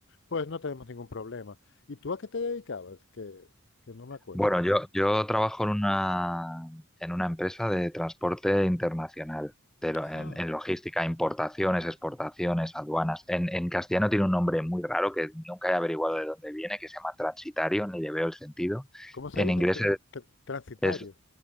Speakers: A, on the left (about 60°); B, in the centre.
A: pues no tenemos ningún problema. ¿Y tú a qué te dedicabas? Que, que no me acuerdo.
B: Bueno, yo, yo trabajo en una, en una empresa de transporte internacional, pero
A: Ah,
B: en, en logística, importaciones, exportaciones, aduanas. En, en castellano tiene un nombre muy raro que nunca he averiguado de dónde viene, que se llama transitario, ni le veo el sentido.
A: ¿cómo se
B: En
A: dice?
B: inglés
A: Tr- tr- transitario.
B: es,